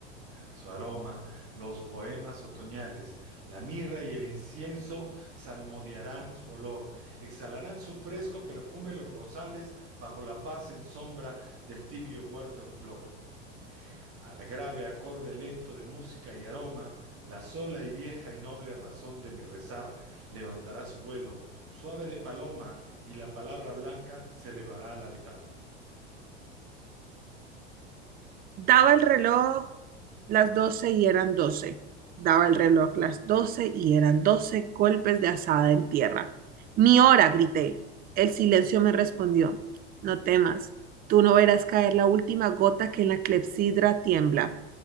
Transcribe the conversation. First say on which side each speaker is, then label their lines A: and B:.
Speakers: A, on the right; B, on the right.
A: su aroma, los poemas otoñales, la mirra y el incienso salmodiarán su olor, exhalarán su fresco perfume los rosales bajo la paz en sombra del tibio huerto en flor. Al grave acorde lento de música y aroma, la sola y vieja y noble razón de mi rezar levantará su vuelo, suave de paloma, y la palabra blanca se elevará al altar.
B: Daba el reloj Las 12 y eran 12. Daba el reloj las 12 y eran doce. golpes de azada en tierra. Mi hora, grité. El silencio me respondió. No temas. Tú no verás caer la última gota que en la clepsidra tiembla.